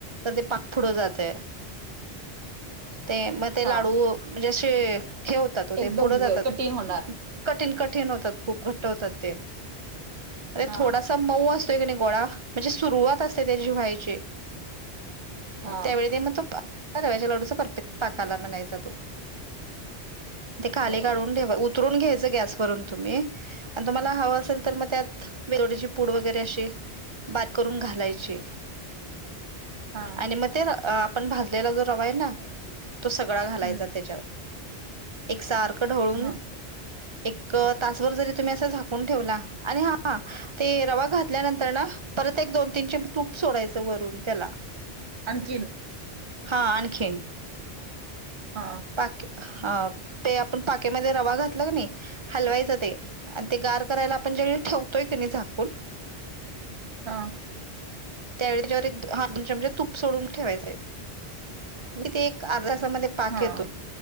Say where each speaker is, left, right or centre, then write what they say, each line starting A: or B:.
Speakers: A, on the right; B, on the right.
A: तर ते पाक पुढ जातय. ते मग ते
B: हा
A: लाडू म्हणजे असे हे होतात ओ.
B: एकदम
A: ते पुढे जातात
B: कठीण होणार
A: कठीण क खूप घट होतात
B: हा
A: थोड मउ असं गोड म्हणजे सुरुवात असते त्याची व्हायची.
B: हा
A: त्यावेळी ते मग त. रव्याच्या लाडूचा परफेक् पाकाला म्हनायचा तो. ते खाले
B: होय
A: काढून ठेवा उतरून घ्यायचं गॅसवररून तुम्ही आणि तुम्हाला हवं असेल तर मग त्यात बेलवट्याची पूड वगैरे अशी बात करून घालायची.
B: हा
A: आणि मग ते आपण भाजलेला जो रवा आहे ना तो सगळा घालायचा
B: हम्म
A: त्याच्यावर एक सारखं ढवळून
B: हा
A: एक तास भर जरी तुम्ही असं झाकून ठेवला आणि हा ते रवा घातल्यानंतर ना परत एक दोन तीन तूप सोडायचं वरून त्याला
B: आणखीन.
A: हा आणखीन.
B: हा
A: पाक अ ते आपण पाकेमध्ये रवा घातला नाही हलवायचं ते आणि ते गार करायला आपण जेळी ठेवतोय क नाही झाकून
B: हा.
A: त्यावे त्यावर म्हणजे तूप सोडून ठेवायचं मी ते एक अर्धा पाक
B: हा
A: येतोय.
B: हा